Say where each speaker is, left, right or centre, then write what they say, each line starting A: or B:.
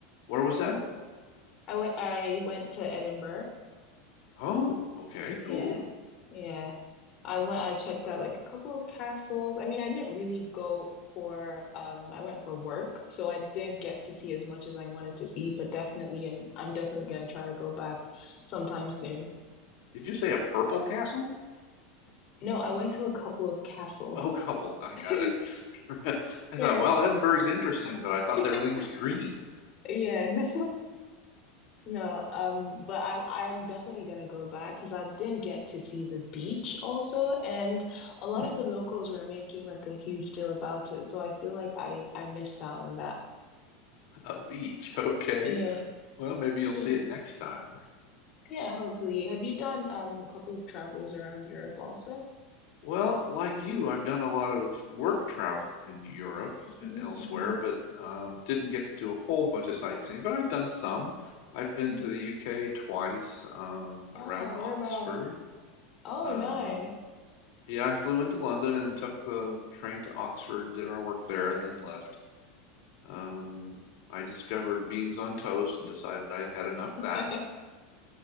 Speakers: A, on the left; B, on the left.
A: Where was that?
B: I went I went to Edinburgh.
A: Oh, okay,
B: Yeah.
A: cool.
B: Yeah. I went I checked out like a couple of castles. I mean, I didn't really go for um I went for work, so I didn't get to see as much as I wanted to see, but definitely I'm I'm definitely gonna try to go back sometime soon.
A: Did you say a purple castle? <laughs>
B: No, I went to a couple of castles.
A: Oh, couple,
B: <laughs>
A: I got it. <laughs> I thought,
B: Yeah.
A: well, Edinburgh's interesting, but I thought
B: <laughs>
A: everything was green.
B: Yeah, no. No, um, but I I'm definitely gonna go back because I didn't get to see the beach also, and a lot
A: Hmm,
B: of the locals were making like a huge deal about it, so I feel like I I missed out on that.
A: a beach. <laughs> Okay.
B: Yeah,
A: Well, maybe you'll
B: yeah,
A: see it next time.
B: yeah. Hopefully, have you done um a couple of travels around Europe also?
A: Well, like you, I've done a lot of work travel in Europe
B: hmm
A: and elsewhere,
B: hmm
A: but um, didn't get to do a whole bunch of sightseeing. But I've done some. I've been
B: hmm
A: to the UK twice, um,
B: Oh,
A: around
B: whereabouts?
A: Oxford.
B: Oh,
A: Uh,
B: nice.
A: yeah, I flew into London and took the train to Oxford and did our work there and then left. Um, I discovered beans on toast and decided I'd had enough of
B: <laughs>
A: that.